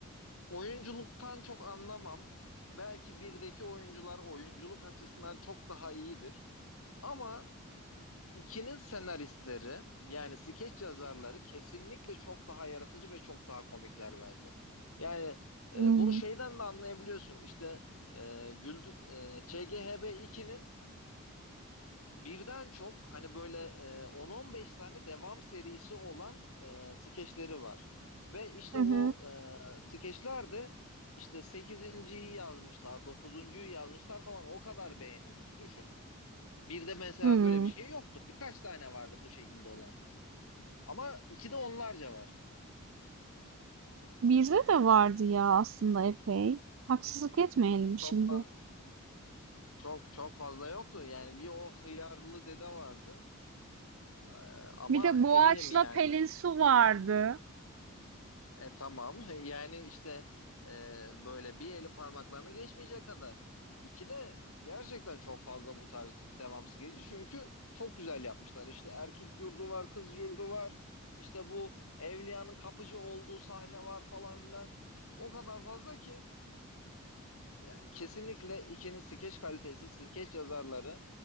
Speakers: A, on the left; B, on the right.
A: oyunculuktan çok anlamam. Belki birdeki oyuncular oyunculuk açısından çok daha iyidir. Ama ikinin senaristleri yani skeç yazarları kesinlikle çok daha yaratıcı ve çok daha komikler bence. Yani e,
B: Hmm.
A: bunu şeyden de anlayabiliyorsun. İşte e, Güldü, e, ÇGHB 2'nin Birden çok hani böyle e, 10-15 tane devam serisi olan e, skeçleri var. Ve işte
B: Hı
A: o
B: hı.
A: e, skeçler de işte sekizinciyi yazmışlar, dokuzuncuyu yazmışlar falan o kadar beğenilmiş düşün. Bir de mesela
B: Hmm.
A: böyle bir şey yoktu. Birkaç tane vardı bu şekilde olan. Ama iki de onlarca var.
B: Bizde de vardı ya aslında epey. Haksızlık etmeyelim
A: Çok
B: şimdi.
A: fa- çok çok fazla yoktu. Yani bir o hıyarlı dede vardı. E, ama
B: Bir de
A: eminim
B: Boğaç'la
A: yani.
B: Pelin Su vardı.
A: E tamam. <laughs> Yani işte e, böyle bir elin parmaklarını geçmeyecek kadar. İki de gerçekten çok fazla bu tarz devamsız geliyor. Çünkü çok güzel yapmışlar. İşte erkek yurdu var, kız yurdu var. İşte bu Evliya'nın kapıcı olduğu sahne var falan filan. O kadar fazla ki. Yani kesinlikle ikinin skeç kalitesi, skeç yazarları.